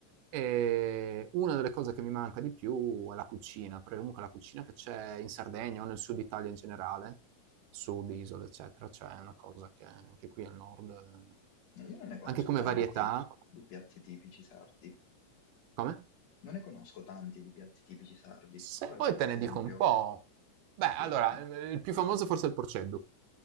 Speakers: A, on the right; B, on the left.
A: E una delle cose che mi manca di più è la cucina, perché comunque la cucina che c'è in Sardegna o nel sud Italia in generale, sud, isole, eccetera, c'è una cosa che anche qui al nord, eh,
B: Eh, Io non ne conosco
A: anche come
B: tanti
A: varietà,
B: di piatti tipici sardi.
A: come?
B: Non ne conosco tanti di piatti tipici sardi.
A: Se
B: Vuole
A: poi
B: qualche
A: te
B: esempio?
A: ne dico un po', beh,
B: Sì,
A: allora,
B: sì.
A: il più famoso forse è il porceddu.